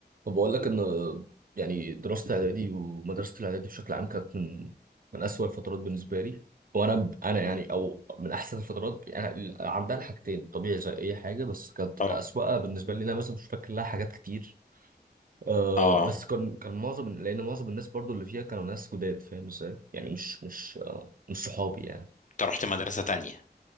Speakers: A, on the right; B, on the left.
A: طب بقول لك ان يعني دراسه الاعدادي ومدرسه الاعدادي بشكل عام كانت من من اسوأ الفترات بالنسبه لي وانا ب- انا يعني
B: مم.
A: او من احسن الفترات يعني عندها الحاجتين طبيعي زي اي حاجه بس كانت اسوأها
B: اه
A: بالنسبه لي انا مثلا مش فاكر لها حاجات كتير أه
B: اه
A: بس كان كان معظم لان معظم الناس برضو اللي فيها كانوا ناس جداد فاهم ازاي يعني مش مش آه، مش صحابي يعني
B: انت رحت مدرسة تانية